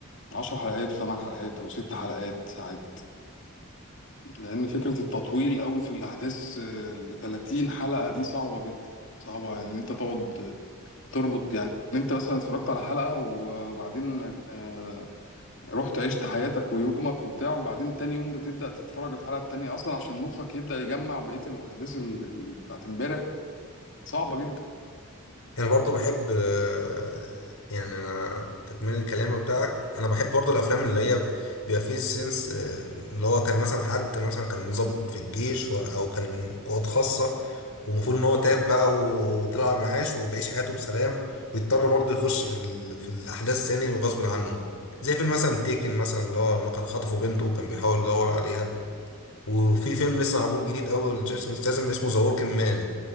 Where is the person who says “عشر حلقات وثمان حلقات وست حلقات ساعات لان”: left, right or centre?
Left